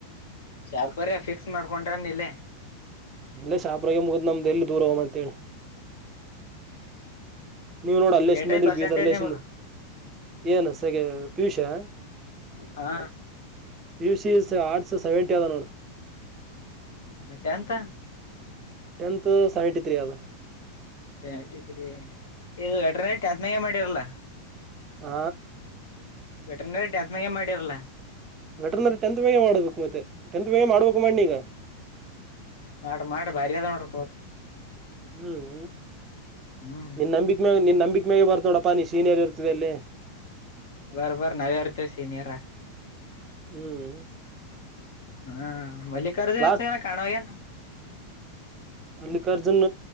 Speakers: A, on the left; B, on the right.
A: ಶಾಪುರೆ ಫಿಕ್ಸ್ ಮಾಡ್ಕೊಂಡ್ರೆನ್ ಇಲ್ಲೆ
B: ಇಲ್ಲೆ ಶಾಪ್ರಗೆ ಮುಗಿದ್ ನಮ್ದು ಎಲ್ಲಿ ದೂರ ಹೋಗಮ್ ಅಂತೇಳಿ ನೀವ್ ನೋಡ ಅಲ್ಲೇಶ
A: ಏಟ
B: ಮಂದ್ರಿ
A: ಪರ್ಸೆಂಟೇಜ್
B: ಬೀದರ್ ಲೇಶನ್
A: ನಿಮದು
B: ಏನ್ ಸಗ್ಯ ಪಿಯುಸಿಯಾ
A: ಹಾ
B: ಪಿಯುಸಿ ಇಸ್ ಆರ್ಟ್ಸ್ ಸೆವೆಂಟಿ ಆದ ನೋಡ
A: ಮತ್ತ ಟೆಂತ್
B: ಟೆಂತ್ ಅ ಸೆವೆಂಟಿ ತ್ರೀ ಅದ
A: ಸೆವೆಂಟಿ ತ್ರಿ ಇದು ವೆಟರ್ನಟಿ ಮಾಡಿರಲ್ಲ
B: ಹ
A: ಇಂಟರ್ನೆಟ್ ಅದರ್ಮ್ಯಾಗೆ ಮಾಡಿರಲ್ಲ
B: ವೆಟರ್ನರಿ ಟೆಂತ್ ಬೇಗ ಮಾಡ್ಬೇಕು ಮತ್ತೆ ಟೆಂತ್ ಬೇಗೆ ಮಾಡ್ಬೇಕು ಮಾಡಿಗ
A: ಮಾಡ ಮಾಡ ಬಾರಿ ಅದ ನೋಡ್ರಿ ಕೋ
B: ಹ್ಮ್
A: ಹ್ಮ್
B: ನೀನ್ ನಂಬಿಕೆ ಮ ನೀ ನಂಬ ಕ್ ಮೇಾಗ ಬರ್ತ ನೋಡ ಪಾನಿ ಸೀನರ್ ಇರ್ತದೆ ಅಲ್ಲಿ
A: ಬರಬರ್ ನವರ್ತ ಸೀನಿಯರ್ ರ
B: ಹ್ಮ್
A: ಹಾ ಮಲ್ಲಿಕಾರ್ಜುನ
B: ಕ್ಲಾಸ್
A: ಎತ್ತ ಕಾಣಲಾಗಿನ್
B: ಮಲ್ಲಿಕಾರ್ಜುನ್